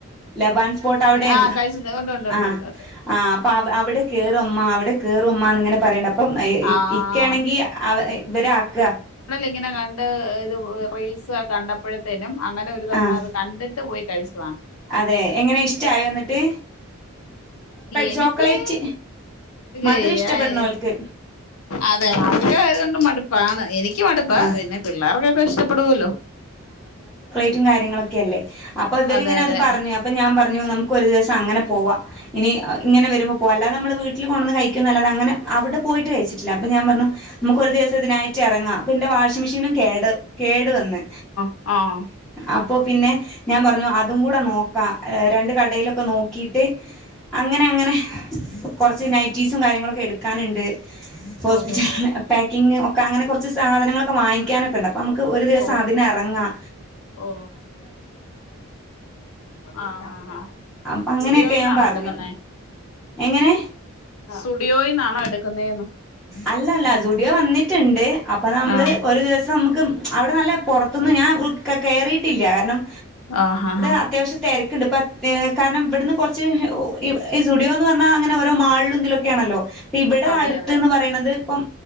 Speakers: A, in the centre; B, on the left.
A: ലബാൻ സ്പോർട്ട് അവിടെുണ്ട്
B: ആഹ് കഴിച്ചിട്ടുണ്ട് ഉണ്ട് ഉണ്ട്
A: ആ
B: ഉണ്ട് ഉണ്ട് ഉണ്ട്
A: ആ അപ്പൊ അവിടെ- കേയറുമ്മ അവിടെ കേറുമ്മ എന്ന് ഇങ്ങനെ പറയ്ണ്ട് അപ്പം
B: ആഹ്
A: ഇക്ക ആണെങ്കി ഇവരെ ആക്ക്ക
B: ഇങ്ങനെ കണ്ട് ഇത് റീൽസ് കണ്ടപ്പ അപ്പോഴത്തേനും അങ്ങനെ ഒരു തവണ
A: ആഹ്
B: അത് കണ്ട പോയി കഴിച്ചു
A: അതെ എങ്ങനെ ഇഷ്ടായോ യെന്നിട്ട്
B: എനിക്ക്
A: ചോക്ലേറ്റ് മധുരം
B: ഏ,
A: ഇഷ്ടപ്പെടുന്നോൽക്ക്
B: അതെ മധുര ആയതുകൊണ്ട് മടുപ്പാണ് എനിക്ക് മടുപ്പാ
A: ആഹ്
B: പിന്നെ പിള്ളേർക്കൊക്കെ ഇഷ്ട ഇഷ്ടപ്പെടുല്ലോ
A: മറ്റും കാര്യങ്ങളൊക്കെ അല്ലേ അപ്പൊ ഇവരിങ്ങനെ
B: അതെ അതെ
A: അത് പറഞ്ഞു അപ്പൊ ഞാൻ പറഞ്ഞു നമുക്ക് ഒരു ദിവസം അങ്ങനെ പോവാ ഇനി ഇങ്ങനെ വരുമ്പോൾ പോവാ അല്ലാതെ നമ്മള് വീട്ടിൽ കൊണ്ടന്ന് കഴ- നല്ലത് അങ്ങനെ അവിടെ പോയിട്ട് കഴിച്ചിട്ടില്ല അപ്പൊ ഞാൻ പറഞ്ഞു നമുക്ക് ഒരു ദിവസം ഇതിനായിട്ട് ഇറങ്ങാം അപ്പ എന്റെ വാഷിംഗ് മെഷീനും കേട് കേടു വന്ന്
B: ആഹ
A: അപ്പോ പിന്നെ ഞാൻ പറഞ്ഞു അതും കൂടെ നോക്കാം രണ്ട് കടയിലൊക്കെ നോക്കിയിട്ട് അങ്ങനെ അങ്ങനെ കുറച്ച് നൈറ്റീസും കാര്യങ്ങളൊക്കെ എടുക്കാനുണ്ട് ഹോസ്പിറ്റൽ
B: ഓഹോ ഹോ
A: പേറ്റക്കിംഗ ക്കങ്ങെനെ കുറച്ച് സാധനങ്ങളൊക്ക വാങ്ങി ക്കാ ഒക്ക ഉണ്ട് അപ്പോൾ നമുക്ക് ഒരു ദിവം
B: ഓ
A: അതിന് എറങ്ങാം
B: ഓ ആ
A: അപ്പൊ അങ്ങനെയൊക്കെ
B: സുടിയോയിന്നാണോ
A: ഞാൻ പറഞ്ഞു
B: എടുക്കുന്ന
A: എങ്ങനെ
B: സുടിയോയിന്നാണോ എടുക്കുന്നത് എന്നോ
A: അല്ല അല്ല സുടിയോ വന്നിട്ടുണ്ട് അപ്പൊ നമ്മള്
B: ആ
A: ഒരു ദിവസം നമക്ക് അവിടെ നല്ല പോർ ത്ത്ന്ന് ഞാൻ ഉൾ കേറിട്ടില്ലകാരണം
B: ആ ആ ആ
A: അത്യാവിശ്യം തെര ണ്ട്പത്തേ കാരണം ഇവട്ന്ന് കുറച്ച്ഈ സറ്റുഡിയോ എന്ന് പറഞ്ഞാൽ അങ്ങനെ ഓരോ മാളിലുംതിലുക്കെ ക്യാണല്ലോ അപ്പോ ഇവിടെ
B: അതെ
A: അട്
B: അതെ
A: ദ് പറയ്ണത് ഇപ്പം